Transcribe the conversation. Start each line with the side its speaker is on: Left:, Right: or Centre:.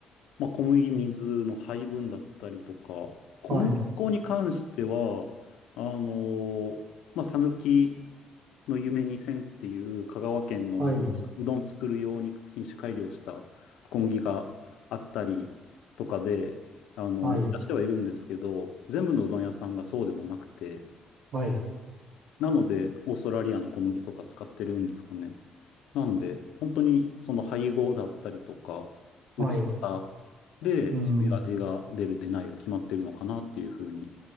Left: まあ、小麦、水の配分だったりとか、小麦粉に関しては、
Right: はい、
Left: あのーまあ、讃岐の夢2000っていう香川県のなんかうどん作る用に品種改良した小麦があったりとかで、
Right: はい、
Left: あの、
Right: はい、
Left: 打ち出してはいるんですけど、全部のうどん屋さんがそうでもなくて、
Right: はい。
Left: なので、オーストラリアの小麦とか使ってるんですかね。なんで、本当にその配合だったりとか、打ち方
Right: はい。
Left: で、
Right: うん。
Left: そういう味が出る、出ないが決まってるのかなっていうふうに